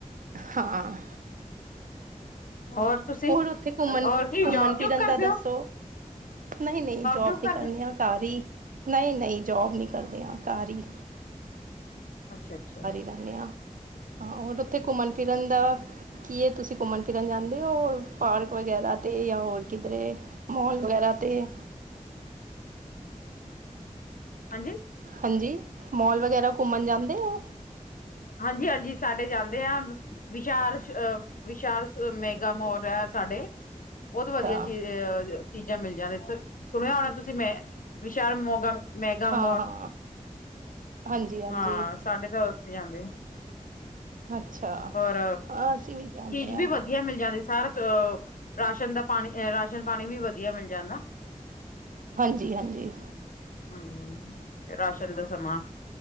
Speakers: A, on the right; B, on the left.
A: ਹਾਂ
B: ਹੋਰ ਤੁਸੀਂ
A: ਹੋਰ ਉੱਥੇ ਘੁੰਮਣ
B: ਹੋਰ ਕੀ
A: ਘੁੰਮਣ
B: ਜੋਬ
A: ਫਿਰਨ
B: ਜੂਬ ਕਰਦੇ
A: ਦਾ ਦੱਸੋ
B: ਹੋ
A: ਨਹੀਂ ਨਹੀਂ ਜੋਬ
B: ਜੂਬ
A: ਨੀ
B: ਕਰਦੇ
A: ਕਰਨੀ ਆ। ਘਰ ਹੀ ਨਹੀਂ ਨਹੀਂ ਜੋਬ ਨੀ ਕਰਦੇ ਆ ਘਰ ਹੀ।
B: ਅੱਛਾ ਅੱਛਾ।
A: ਹਦੇ ਹ ਹਾਂ ਹੋਰ ਉੱਥੇ ਘੁੰਮਣ ਫਿਰਨ ਦਾ ਕੀ ਹੈ ਤੁਸੀਂ ਘੁੰਮਣ ਫਿਰਨ ਜਾਂਦੇ ਹੋ। ਹੋਰ ਪਾਰਕ ਵਗੈਰਾ ਤੇ ਜਾਂ ਹੋਰ ਕਿਧਰੇ ਮੋਲ ਵਗੈਰਾ ਤੇ।
B: ਹਾਂਜੀ।
A: ਹਾਂਜੀ ਮੋਲ ਵਗੈਰਾ ਘੁੰਮਣ ਜਾਂਦੇ ਆ।
B: ਹਾਂਜੀ ਹਾਂਜੀ ਸਾਡੇ ਜਾਂਦੇ ਆ। ਵਿਸ਼ਾਲ ਵਿਸ਼ਾਲ ਮੈਗਾ ਮੋਲ ਹੈ ਸਾਡੇ। ਬਹੁਤ
A: ਅੱਛਾ
B: ਵਧੀਆ ਚੀਹ ਚੀਜ਼ਾਂ ਮਿਲ ਜਾਂਦੇ ਸੁਣਿਆ ਹੋਣਾ ਤੁਸੀਂ ਮੈਂ ਵਿਸ਼ਾਲ ਮੋਗਮ ਮੈਗਾ
A: ਹਾਂ
B: ਮੋਰ
A: ਹਾਂ ਹਾਂਜੀ ਹਾਂਜੀ
B: ਹਾਂ ਸਾਢੇ ਤਾਂ ਉੱਥੇ ਜਾਂਦੇ।
A: ਅੱਛਾ
B: ਔਰ
A: ਹਾਂ ਅਸੀਂ ਵੀ ਜਾਂਦੇ
B: ਚੀਜ਼
A: ਹਾਂ।
B: ਵੀ ਵਧੀਆ ਮਿਲ ਜਾਂਦੀ ਸਾਰ ਰਾਸ਼ਨ ਦਾ ਪਾਣੀ ਰਾਸ਼ਨ ਪਾਣੀ ਵੀ ਵਧੀਆ ਮਿਲ ਜਾਂਦਾ।
A: ਹਾਂਜੀ ਹਾਂਜੀ।
B: ਹਮ ਰਾਸ਼ਨ ਦਾ ਸਮਾਂ